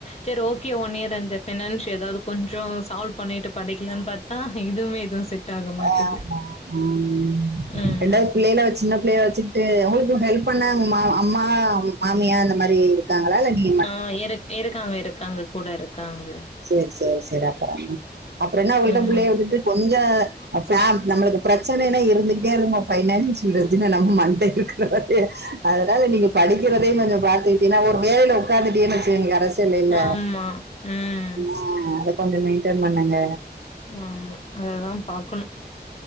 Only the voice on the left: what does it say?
சரி ஓகே ஒன் இயர் இந்த பினான்ஸ் ஏதாவது கொஞ்சோ சால்வ் பண்ணிட்டு படிக்கலான் பாத் ஆ இதுவுமே எதுவு செட் ஆக மாட்டுது
ம்
ஆ இரு இருக்காங்க இருக்காங்க கூட இருக்காங்க
ம்
ஆமா ம்
ஆம்மா அததா பாக்கணு